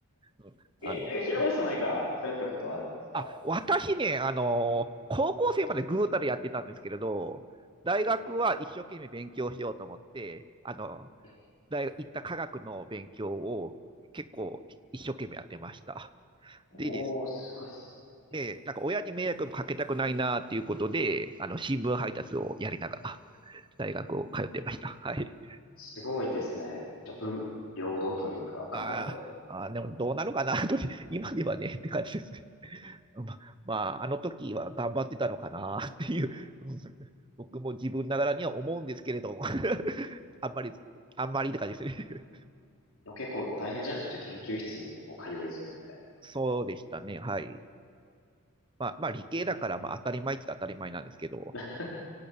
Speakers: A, on the right; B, on the left.
A: うんあの、
B: なんか平林さん何かされたことはあるんですか
A: あ、私ね、
B: 学生
A: あの、高校生までぐうたらやってたんですけれど、大学は一生懸命勉強しようと思って、
B: え
A: あの、
B: え、え
A: 大学行った科学の勉強を結構一生懸命やってました。
B: おー、
A: でです。
B: すごいっす。え
A: で、なんか親に迷惑もかけたくないなっていうことで、あの新聞配達をやりながら大学を通ってました。はい。
B: すごいですね。じゃあ、文両道というか、
A: あーあー、
B: 頑張って。
A: でもどうなのかな、<laughs> と今ではねって感じですね。ま、まあ、あの時は頑張ってたのかなっていう、<laughs> うん僕も自分ながらには思うんですけれども <laughs> あんまり、あんまりって感じですね。
B: でも結構大変じゃないですか。じゃあ研究室にもう通い詰めみたい
A: <laughs> そうでしたね。はい。まあ、まあ理系だからまあ当たり前って言ったら当たり前なんですけど、
B: な。